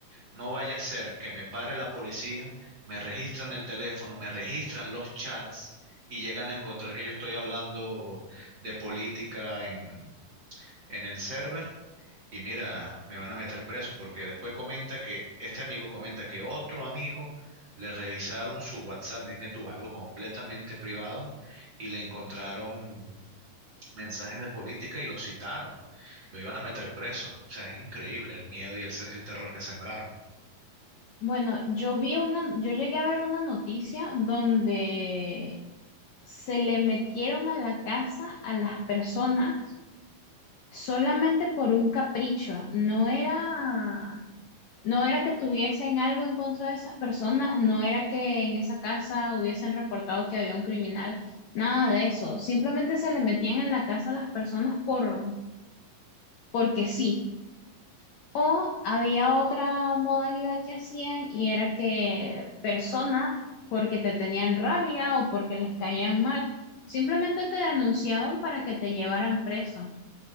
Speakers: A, on the right; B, on the left.
A: no vaya a ser que me pare la policía, me registran el teléfono, me registran los chats y llegan a encontrar que yo estoy hablando de política en, en el server. Y mira, me van a meter preso porque después comenta que este amigo comenta que otro amigo le revisaron su WhatsApp, dime tú, algo completamente privado y le encontraron mensajes de política y lo citaron. Lo iban a meter preso. O sea, es increíble el miedo y el, se- el terror que sembraron.
B: Bueno, yo vi una, yo llegué a ver una noticia donde se le metieron a la casa a las personas solamente por un capricho. No era, no era que tuviesen algo en contra de esas personas, no era que en esa casa hubiesen reportado que había un criminal, nada de eso. Simplemente se le metían en la casa a las personas por, porque sí. O había otra modalidad que hacían y era que personas, porque te tenían rabia o porque les caían mal, simplemente te denunciaban para que te llevaran preso.